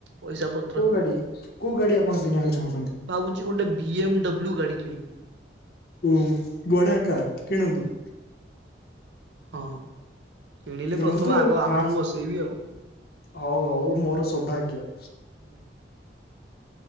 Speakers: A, on the right; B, on the left.
A: ପଇସା ପ
B: କୋଉ ଗାଡି କୋଉ ଗାଡି ଆପଣ କିଣିବାକୁ ଚାହୁଁଛନ୍ତି?
A: ଭାବୁଚି ଗୋଟେ ବି ଏମ୍ ଡବ୍ଲ୍ୟୁ ଗାଡି କିଣିବି।
B: ଓ ବଢିଆ କାର୍ କିଣନ୍ତୁ।
A: ହଁ କିଣିଲେ
B: କିଣନ୍ତୁ
A: ପ୍ରଥମ ଆଗ ଆପଣଙ୍କୁ
B: ଫାଷ୍ଟ
A: ବସେଇବି ଆଉ।
B: ହଉ ହଉ ମୋର ସୌଭାଗ୍ୟ।
A: ହୁଁ।